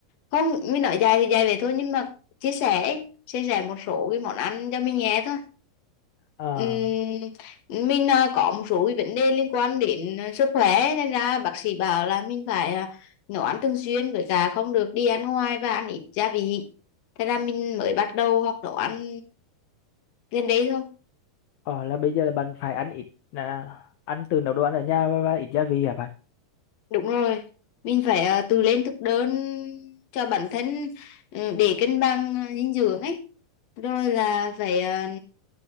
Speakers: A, on the left (about 60°); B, on the left (about 80°).
A: không mình nói dạy thì dạy vậy thôi nhưng mà chia sẻ ấy. chia sẻ một số cái món ăn cho mình nghe thôi
B: à,
A: Ừm, mình à, có một số cái vấn đề liên quan đến à, sức khỏe nên ra bác sĩ bảo là mình phải à, nấu ăn thường xuyên với cả không được đi ăn ngoài và ăn ít gia vị thế ra mình mới bắt đầu học nấu ăn gần đây thôi
B: ờ, là bây giờ là bạn phải ăn ít à, ăn từ nấu đồ ăn ở nhà và, và ít gia vị hả bạn
A: Đúng rồi, mình phải ờ, tự lên thực đơn cho bản thân ừ, để cân bằng ờ, dinh dưỡng ấy. Rồi là phải ờ,